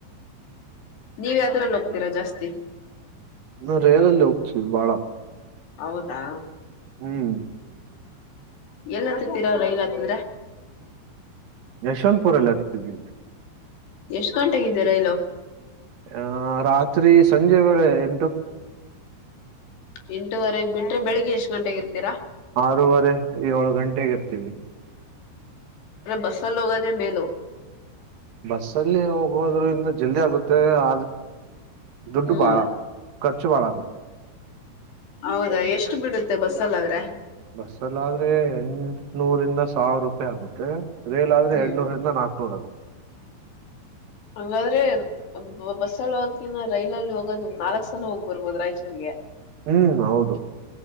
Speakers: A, on the left; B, on the right.
A: ನೀವ ಯ್ದ್ರಲ್ಲಿ ಹೋಗ್ತೀರಾ ಜಾಸ್ತಿ
B: ನ ರೇಯಲ್ ಲೋಕ ಚ ಭಾಳ
A: ಹೌದಾ
B: ಹ್ಮ್
A: ಎಲ್ಲ ಹತ್ತತ್ತೀರಾ ರೈಲ್ ಹತ್ತಿದ್ರ
B: ಯಶ್ವಂತ್ ಪಲ್ಲತೀದ್ದವಿ
A: ಎಷ್ಟ್ ಗಂಟೆಗಿದ್ದೀರಾ ಇಲ್ಲ
B: ಆ ರಾತ್ ಸ್ರಿ ಸಂಜೆವರ ಎ
A: ಎಂಟುವರೆಗೆ ಬಿಟ್ರೆ ಬೆಳಗ್ಗೆ ಎಷ್ಟ್ ಗಂಟೆಗೆ ಇರ್ತೀರಾ
B: ಆರೂವರೆ ಏಳು ಗಂಟೆಗೆ ಇರ್ತೀವಿ
A: ಬಸ್ಲ್ಲಿ ಹ ಮೇಲ
B: ಬಸ್ಸಲ್ಲಿ ಹೋಗಬೋದ್ರಿಂದ ಜಲ್ದಿ ಆಗುತ್ತೆ <inaudible> <inaudible> ದುಡ್ಡು
A: ಹ್ಮ
B: ಬಾಳ ಖರ್ಚು ಬಾಳ ಆಗುತ್ತೆ
A: ಹೌದಾ ಎಷ್ಟು ಬಿಡುತ್ತೆ ಬಸಲ್ಲಾಗ್ರೆ
B: ಬಸ್ಸ ಎಲ್ಲ ಆದ್ರೆ ಎಂಟ್ನೂರಿಂದ ಸಾವಿರ ರೂಪಾಯಿ ಆಗುತ್ತೆ ರೇಲ್ ಆದ್ರೆ
A: ಹ್ಮ್
B: ಎರಡ್ನೂರಿಂದ ನಾಲ್ಕು ಸೋರ ರ
A: ಹಂಗಾದ್ರೆ ಬಸ್ಸಲ್ಲಿ ಹಾಕಿನ ರೈಲಲ್ಲಿ ಹೋಗದ ನಾಲ್ಕ್ ಸಲ ಹೋಗ್ ಬರ್ಬೋದು ರಾಯಚೂರ್ಗೆ
B: ಹ್ಮ್ ಹೌದು